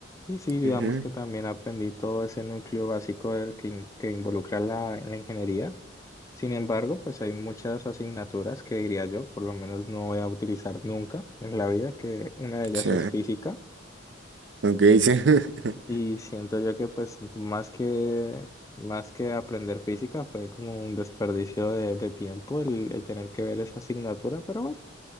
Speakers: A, on the left; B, on the right.
A: y sí digamos
B: Ujú,
A: que también aprendí todo ese núcleo básico de- que, in- que involucra la, la ingeniería. Sin embargo, pues hay muchas asignaturas que diría yo, por lo menos no voy a utilizar nunca en la vida, que una de ellas
B: Sí,
A: es física
B: ok, sí. <laughs>
A: y siento yo que pues más que más que aprender física fue como un desperdicio de, de tiempo el, el tener que ver esa asignatura, pero bueno,